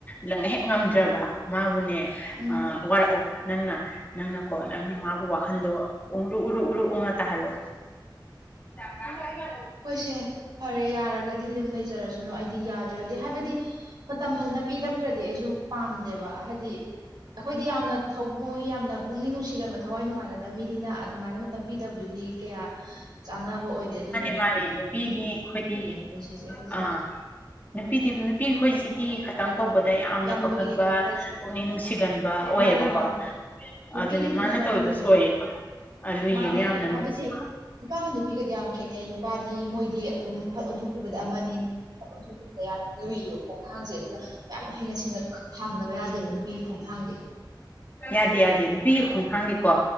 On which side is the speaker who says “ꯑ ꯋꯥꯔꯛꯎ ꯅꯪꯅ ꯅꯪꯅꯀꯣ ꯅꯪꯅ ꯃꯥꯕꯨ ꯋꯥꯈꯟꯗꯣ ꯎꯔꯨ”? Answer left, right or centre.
Left